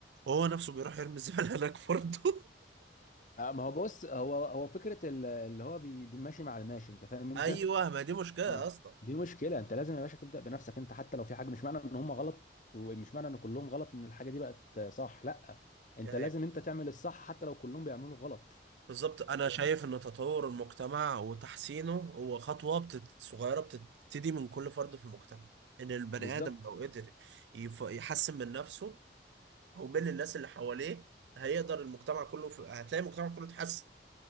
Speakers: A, on the right (about 75°); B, on the left (about 45°).
A: وهو نفسه بيروح يرمي الزباله هناك برضه <laughs>
B: آه، ما هو بص هو هو فكره ال- اللي هو بي- بيمشي مع الماشي انت فاهم انت
A: ايوه ما دي مشكله يا
B: اه
A: اسطى
B: دي مشكله انت لازم يا باشا تبدا بنفسك انت حتى لو في حاجه مش معنى ان هم غلط ومش معنى ان كلهم غلط ان الحاجه دي بقت صح لا انت
A: يعني
B: لازم انت تعمل الصح حتى لو كلهم بيعملوا غلط
A: بالظبط انا شايف ان تطور المجتمع وتحسينه هو خطوه بتت... صغيره بتبتدي من كل فرد في المجتمع ان البني
B: وبالظبط
A: ادم لو قدر يف... يحسن من نفسه ومن الناس اللي حواليه هيقدر المجتمع كله في... هتلاقي المجتمع كله اتحسن